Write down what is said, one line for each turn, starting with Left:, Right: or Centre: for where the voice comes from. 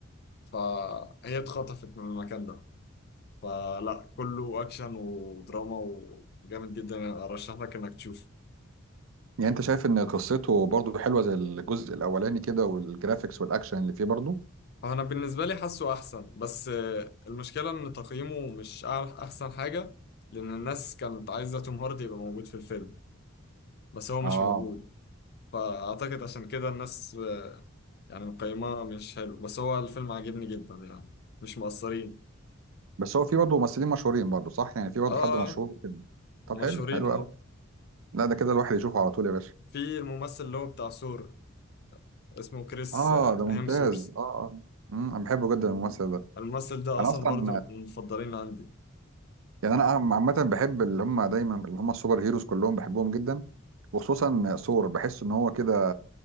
Left: فهي اتخطفت من المكان ده فلا كله اكشن ودراما وجامد جدا ارشح لك انك تشوفه
Right: يعني انت شايف ان قصته برضو حلوه زي الجزء الاولاني كده والجرافيكس والاكشن اللي فيه برضو
Left: هو انا بالنسبه لي حاسه احسن بس آه، المشكله ان تقييمه مش أع- احسن حاجه لان الناس كانت عايزه توم هاردي يبقى موجود في الفيلم بس هو
Right: اه
Left: مش موجود فاعتقد عشان كده الناس آه، يعني مقيماه مش حلو بس هو الفيلم عاجبني جدا يعني مش مقصرين
Right: بس هو فيه برضو ممثلين مشهورين برضو صح يعني فيه برضو
Left: اه آه،
Right: حد مشهور
Left: آه،
Right: كده طب
Left: مشهورين
Right: حلو حلو
Left: اه
Right: قوي لا ده كده الواحد يشوفه على طول يا باشا
Left: في الممثل اللي هو بتاع ثور اسمه كريس
Right: اه
Left: آه،
Right: ده ممتاز
Left: هيمسورث
Right: اه اه امم انا بحبه جدا الممثل ده
Left: الممثل ده
Right: انا
Left: اصلا
Right: اصلا
Left: برضو من المفضلين عندي
Right: يعني انا عم- عامه بحب اللي هم دايما اللي هم السوبر هيروز كلهم بحبهم جدا وخصوصا ثور بحس ان هو كده